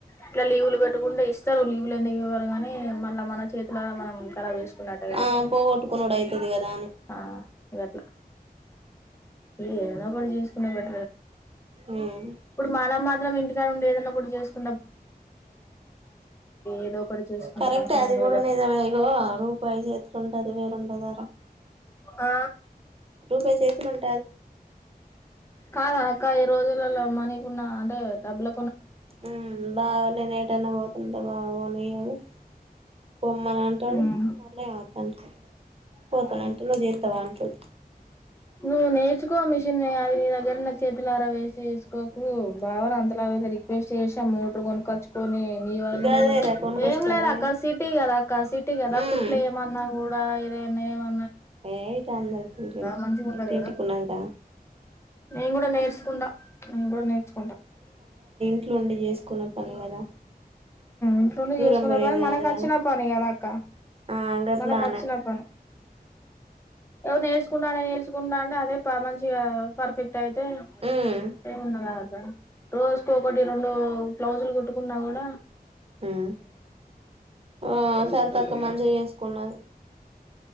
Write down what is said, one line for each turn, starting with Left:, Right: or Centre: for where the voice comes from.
Left: ఇట్లా లీవులు పెట్టుకుంటే ఇస్తారు లీవులు ఎందుకు ఇవ్వారు గాని. మళ్ళ మన చేతులర మనం కరబ్ చేసుకున్నట్టే కదా
Right: ఆ పోగొట్టుకునుడు అయితది కదా అని
Left: ఆ గట్ల పే రామ్ ఇప్పుడు జేస్కునే బాదు
Right: ఉమ్
Left: ఇప్పుడు మన మా అందరం ఇంటికాడ ఉండి ఏదో ఒకటి చేసుకుందాం ఏదో ఒకటి చేసుకుంటే
Right: కరక్టే
Left: మంచిగా
Right: అది
Left: ఉండు
Right: కూడా
Left: ఏదో ఒకటి
Right: నిజమే ఇదిగోరూపాయి చేతులో ఉంటే అది వేరుంటది
Left: ఆ
Right: రూపాయి చేతులనే
Left: కాద అక్కా ఈ రోజు ఒక వేళమనీకున్న అంటే డబ్బుల
Right: ఉ బా నేనే టనా వో త ఉంటే బాగుో అనియ్యాడు పోమ్మని అంటాడు
Left: ఉమ్
Right: మళ్ళీ వద్దుఅంటాడు పోతానుంటలో చేతావా అంటడు
Left: నువ్ నేర్చుకో మిషిన్ నే అది నీ దగ్గర నా చేతులారా వేస్ చేసుకోకు
Right: ఉమ్
Left: బావన అంతలావయితే రిక్వెస్ట్ చేసీ ఆమోటర్ కొనుక్కొచ్చుకొని నీ వరకు
Right: గదేరా
Left: నువ్వు
Right: కొనుకొచ్చుకొని
Left: ఏం లేదు అక్క సిటీ కదా అక్క సిటీ కదా
Right: ఉమ్
Left: కుట్లు ఏయమ నాకూడా బాగా ఇదే ఉన్నాయేమో
Right: ఏ ఇటు ర అన్నది ఏంటి ఏంటి
Left: మంచిగా ఉంటది
Right: ఏంటి ఏంటికిన్నాంక
Left: కదా నేను కూడా నేర్చుకుంటడా అంగ నేచంట
Right: ఇట్లుండి చేసుకునే పని కదా
Left: ఇట్డు నుండి
Right: దూరం
Left: చేసుకునే
Right: పోయేది
Left: పని మనకు
Right: కాదు
Left: వచ్చిన
Right: కదా
Left: పని కదా అక్క
Right: ఆ గట్లానే
Left: మనకు వచ్చిన పని ఎవరు నేర్చుకుంటాడని నేర్చుకుంటా అంటే అదే మంచిగా పర్ఫెక్ట్ అట్టయితే
Right: ఉమ్
Left: ఏముండ కాదు రోజ కు ఒకటి రెండు బ్లౌజులు కుట్టు ఉన్నా గూడ
Right: మ్మ్ ఆ సరితక్క మంచిగ చేసుకున్నా అ